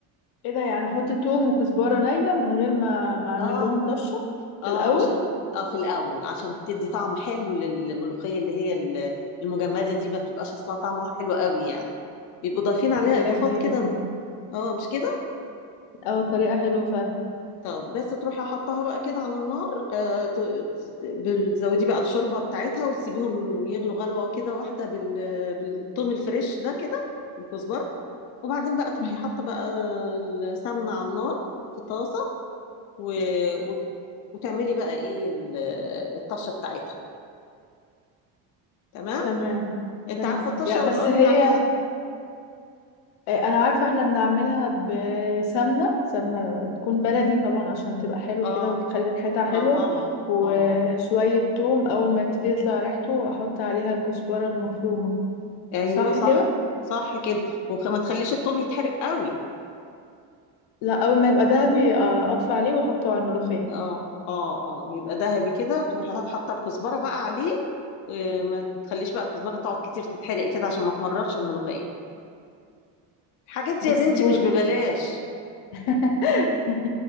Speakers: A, on the left; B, on the left.
A: ايه ده يعني احط توم وكزبرة نية من غير ما ما اعمل
B: اه
A: لهم طشة
B: اه
A: في الاول
B: مش اه في الاول عشان تدي طعم حلو للملوخيه اللي هي ال- المجمده دي ما بتبقاش اصلا طعمها حلو قوي يعني بيبقوا ضايفين عليها
A: طريقة
B: اضافات
A: جديدة
B: كده
A: دي
B: م- اه مش كده
A: اه طريقة حلوة فعلا
B: طب بس تروحي حطها بقى كده على النار آه ت- ت- بتزودي بقى الشوربه بتاعتها وتسيبيهم يغلوا غلوه كده واحده بال بالثوم الفريش ده كده والكزبره وبعدين بقى تروحي
A: مم.
B: حاطه بقى السمنه على النار في طاسه و... وت- وتعملي بقى ايه ال- الطشه بتاعتها تمام
A: تمام
B: انت
A: تمام
B: عارفه الطشه
A: يا بس
B: ولا اقول
A: هي
B: لك عليها
A: آه، انا عارفة احنا بنعملها بسمنة سمنة تكون بلدي طبعا عشان تبقى حلوة
B: اه
A: كده وتخلي الحتة حلوة
B: اه طبعا
A: وشوية
B: طبعا
A: توم اول ما يبتدي يطلع ريحته احط عليها الكزبرة المفرومة
B: ايوه
A: صح
B: صح
A: كده
B: صح كده وما تخليش التوم يتحرق قوي
A: لا اول ما يبقى ذهبي آه، اطفي عليه واحطه على الملوخية
B: اه اه اه يبقى ذهبي كده تروحي حاطه الكزبره بقى عليه وما تخليش بقى الكزبره تقعد كتير تتحرق كده عشان ما تمررش الملوخيه الحاجات دي
A: بس
B: يا بنتي
A: هو
B: مش ببلاش
A: <laughs>